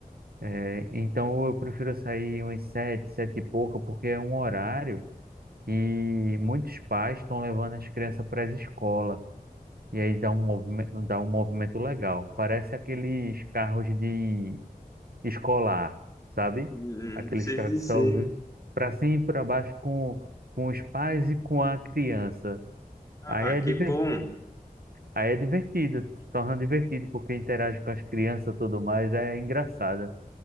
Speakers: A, on the right (about 80°); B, on the left (about 20°).
A: É, então eu prefiro sair umas sete, sete e pouca, porque é um horário que muitos pais estão levando as crianças para a escola. E aí dá um movimento, dá um movimento legal. Parece aqueles carros de escolar, sabe?
B: Hum,
A: Aqueles
B: sim.
A: carros
B: sim.
A: que só para cima e para baixo com, com os pais e com a criança.
B: Ah,
A: Aí é, diver-
B: que bom.
A: aí é divertido, se torna divertido, porque interage com as crianças e tudo mais, é engraçado.